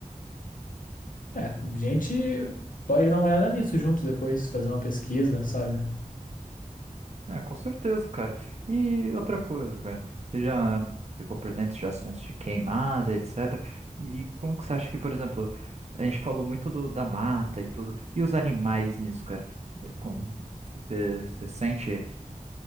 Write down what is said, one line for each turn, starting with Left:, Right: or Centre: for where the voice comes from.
Left: É, a gente pode dar uma olhada nisso junto depois, fazer uma pesquisa, sabe?
Right: É, com certeza, cara. E outra coisa, cara, você já ficou por dentro de assuntos de queimada, etc. E como que você acha que, por exemplo, a gente falou muito do, da mata e tudo, e os animais nisso, cara? É, com- Você, você sente